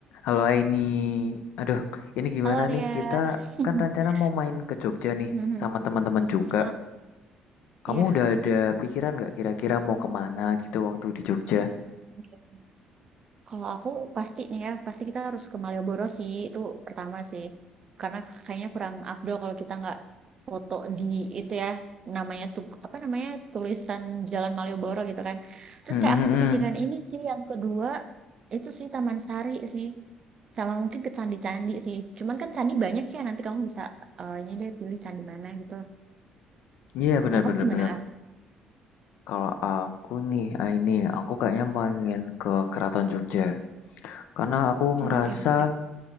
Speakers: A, on the left; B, on the right.
A: Halo Aini, aduh ini gimana
B: Halo Arya.
A: nih kita
B: <laughs>
A: kan rencana mau main ke Jogja nih
B: Mhm,
A: sama teman-teman juga.
B: heeh.
A: Kamu
B: Iya,
A: udah ada pikiran nggak kira-kira mau kemana gitu waktu di Jogja?
B: oke. Kalau aku pasti nih ya, pasti kita harus ke Malioboro sih, itu pertama sih. Karena kayaknya kurang afdol kalau kita nggak foto di itu ya, namanya tuh apa namanya tulisan Jalan Malioboro gitu kan. Terus
A: Hmm,
B: kayak
A: hmm,
B: aku
A: hmm. hmm.
B: kepikiran ini sih yang kedua itu sih Taman Sari sih, sama mungkin ke candi-candi sih. Cuman kan candi banyak ya, nanti kamu bisa eh, ini deh pilih candi mana gitu.
A: Iya benar
B: Kalau kamu
A: benar
B: gimana
A: benar.
B: Ar?
A: Kalau aku nih Aini, aku kayaknya pengen ke Keraton Jogja karena aku ngerasa
B: Oke, menarik.